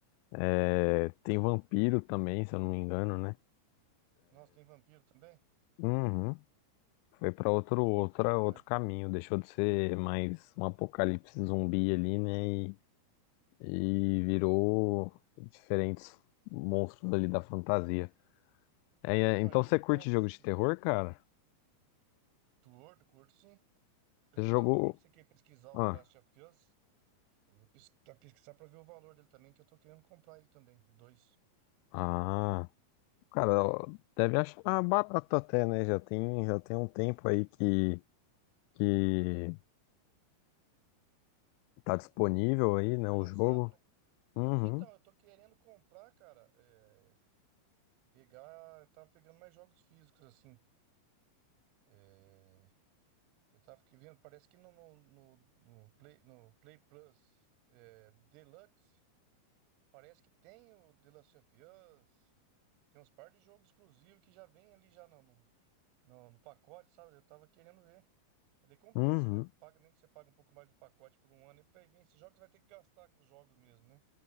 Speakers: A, on the left; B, on the right.
A: é, tem vampiro também, se eu não me engano, né?
B: Nossa, tem vampiro também?
A: Uhum. Foi para outro, outra,
B: Então,
A: outro
B: eu-
A: caminho, deixou de ser mais um apocalipse zumbi ali, né? e virou diferentes monstros ali da fantasia. É, é,
B: então,
A: então
B: eu também
A: você curte
B: tava pesquisando.
A: jogo de terror, cara?
B: Torto, curto, sim. Eu
A: Você
B: até
A: jogou.
B: tava falando pra você que eu ia pesquisar o
A: Ah,
B: The Last of Us. Eu ia pesquisar, pesquisar pra ver o valor dele também, que eu tô querendo comprar ele também, o 2.
A: ah, cara, deve achar barato até, né? Já tem, já tem um tempo aí que, que tá disponível aí,
B: Ele
A: né?
B: foi
A: O
B: lançado,
A: jogo.
B: né?
A: Uhum,
B: Eu- então, eu tô querendo comprar, cara, é, pegar. Eu tava pegando mais jogos físicos, assim. É, eu tava que vendo, parece que no, no, no, no Play, no Play Plus é, do Deluxe, parece que tem o The Last of Us, tem uns par de jogos exclusivos que já vem ali já no, no, no- no pacote, sabe? Eu tava querendo ver. Porque daí compensa,
A: uhum.
B: né? Paga, nem que você paga um pouco mais do pacote por um ano, aí vai vir esses jogos, você vai ter que gastar com os jogos mesmo, né?